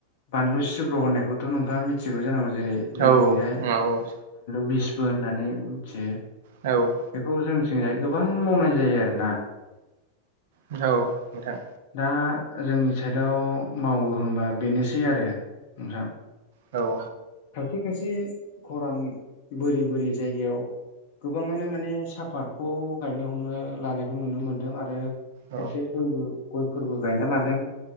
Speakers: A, on the left; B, on the right.
A: बानलु सिब्र' होननायखौथ' नोंथाङा मिथिगौ जानांगौ जेरै जोंथिंजाय
B: औ-औ
A: बिसबो होननानै मिथियो
B: औ
A: बेखौ जोंथिंहाय गोबां मावनाय जायो आरो ना
B: औ नोंथां
A: दा जोंनि साइडआव मावो होनबा बेनोसै आरो नोंथां
B: औ
A: खायसे खायसे खरान बोरि बोरि जायगायाव गोबाङानो माने साफातखौ गायनो हमनो लानायखौ नुनो मोनदों आरो खायसे
B: औ
A: दैबो गयफोरबो गायना लादों